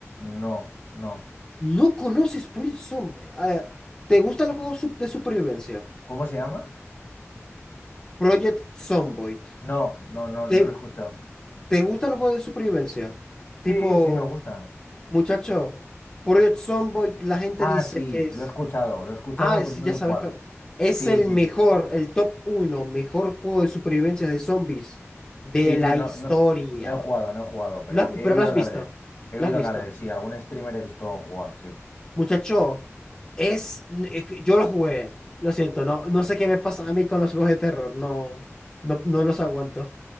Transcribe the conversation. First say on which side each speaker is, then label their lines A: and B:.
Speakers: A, on the left; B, on the left.
A: No, no.
B: ¿No conoces Project Zomboid? A ver, ¿te gustan los juegos sup- de supervivencia?
A: ¿Cómo se llama?
B: Project Zomboid.
A: No, no, no, no
B: ¿Te,
A: lo he escuchado.
B: te gustan los juegos de supervivencia? Tipo,
A: Sí, sí, me gustan.
B: muchacho, Project Zomboid, la gente
A: Ah,
B: dice
A: sí,
B: que es.
A: lo he escuchado, lo he escuchado,
B: Ah,
A: pero
B: sí,
A: no
B: ya
A: lo
B: sabes
A: he jugado.
B: cuál. Es
A: Sí,
B: el
A: sí,
B: mejor,
A: sí.
B: el top uno, mejor juego de supervivencia de zombies de
A: Sí,
B: la
A: sí, no,
B: historia.
A: no, no he jugado, no he jugado, pero
B: Lo has-
A: he
B: pero
A: oído
B: lo has
A: hablar
B: visto.
A: de él. He
B: Lo
A: oído
B: has visto.
A: hablar de él, sí, algún streamer he visto jugar, sí.
B: Muchacho, es, es que yo lo jugué. Lo siento, no, no sé qué me pasa a mí con los juegos de terror. No, no, no los aguanto.